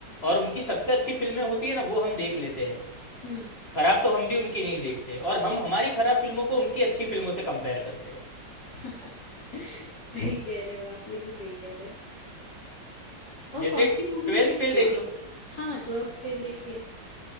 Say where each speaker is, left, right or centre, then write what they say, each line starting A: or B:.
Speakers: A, on the left (about 35°); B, on the left (about 60°).
A: और उनकी सबसे अच्छी फिल्में होती है ना वो हम देख लेते हैं
B: हम्म
A: खराब तो हम भी उनकी नहीं देखते और हम हमारी खराब फिल्मों को उनकी अच्छी फिल्मों से कंपेयर करते हैं
B: <laughs> सही कह रहे हो आप ये भी सही कह रहे हो और
A: जैसे
B: कॉमेडी मूवीज
A: ट्वेल्थ
B: देखते
A: फेल देख
B: हो आप
A: लो
B: हाँ ट्वेल्थ फेल देखिए